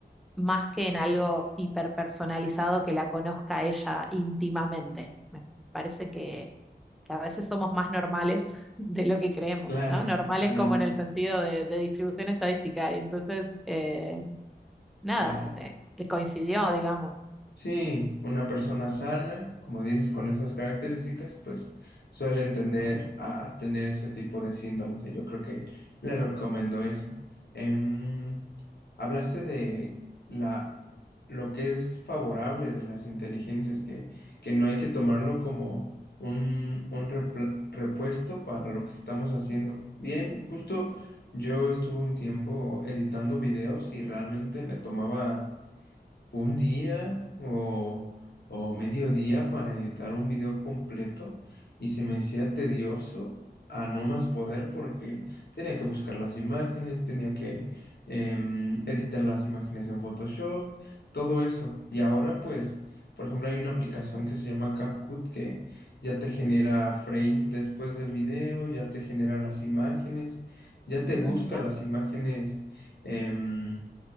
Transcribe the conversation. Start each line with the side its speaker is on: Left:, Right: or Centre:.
Centre: más que en algo hiperpersonalizado que la conozca ella íntimamente. Me parece que, que a veces somos más normales <laughs> de lo que creemos,
Left: claro,
Centre: ¿no? Normales
Left: claro,
Centre: como en el sentido de, de distribución estadística. Y entonces, eh, nada,
Left: claro.
Centre: eh, que coincidió, digamos.
Left: Sí, una persona sana, como dices, con esas características, pues suele entender a tener ese tipo de síntomas y yo creo que le recomiendo eso. Em, Hablaste de la, lo que es favorable de las inteligencias, que, que no hay que tomarlo como un, un repl- repuesto para lo que estamos haciendo. Bien, justo yo estuve un tiempo editando videos y realmente me tomaba un día o, o medio día para editar un video completo y se me hacía tedioso a no más poder porque tenía que buscar las imágenes, tenía que em, editar las imágenes en Photoshop, todo eso. Y ahora pues, por ejemplo, hay una aplicación que se llama CapCut que ya te genera frames después del video, ya te genera las imágenes, ya te
Centre: Ah,
Left: busca
Centre: mirá.
Left: las imágenes em,